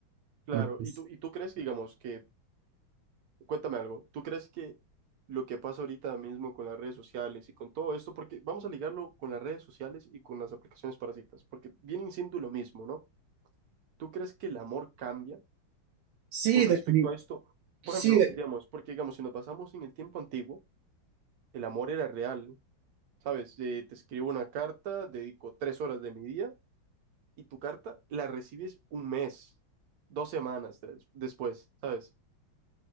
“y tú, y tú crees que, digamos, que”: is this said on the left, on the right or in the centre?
Right